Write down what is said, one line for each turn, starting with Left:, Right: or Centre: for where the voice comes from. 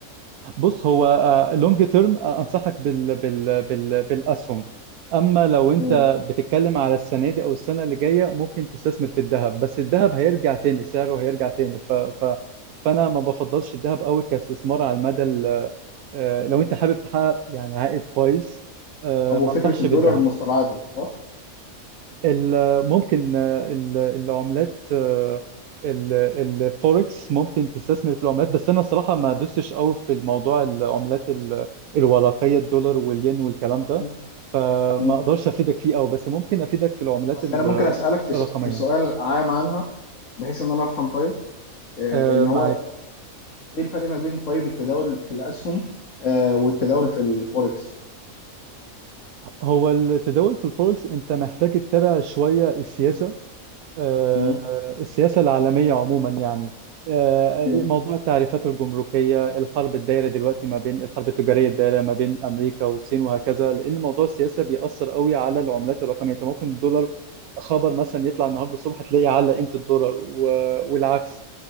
Right: بص هو لونج تيرم انصحك بال... بال... بال... بالاسهم اما لو انت
Left: مم.
Right: بتتكلم على السنة دي او السنة اللي جاية ممكن تستثمر في الذهب بس الذهب هيرجع تاني سعره هيرجع تاني ف... ف... فانا ما بفضلش الذهب قوي كاستثمار على المدى آه، لو انت حابب تحقق يعني عائد كويس آه،
Left: طب
Right: ما
Left: وفكره
Right: انصحش
Left: الدولار
Right: بالذهب
Left: مستبعده صح
Right: ال- ممكن آه، ال- العملات آه، ال- الفوركس ممكن تستثمر في العملات بس انا الصراحه ما دوستش قوي في الموضوع العملات ال- الورقيه الدولار والين والكلام ده
Left: مم.
Right: فما
Left: مم.
Right: اقدرش افيدك فيه قوي بس ممكن افيدك في العملات
Left: طيب
Right: ال-
Left: انا ممكن اسالك في
Right: الرقميه
Left: سو- في سؤال عام عنها بحيث ان انا افهم طيب آه
Right: آه،
Left: ان
Right: معاك
Left: هو ايه الفرق ما بين طيب التداول في الاسهم آه والتداول في الفوركس
Right: هو التداول في الفوركس انت محتاج تتابع شويه السياسه آه،
Left: مم.
Right: السياسة العالمية عموما يعني آه،
Left: مم.
Right: موضوع التعريفات الجمركية الحرب الدايرة دلوقتي ما بين الحرب التجارية الدايرة ما بين أمريكا والصين وهكذا لأن موضوع السياسة
Left: مم.
Right: بيأثر قوي على العملات الرقمية أنت ممكن الدولار خبر مثلا يطلع النهاردة الصبح تلاقي على قيمة الدولار و... والعكس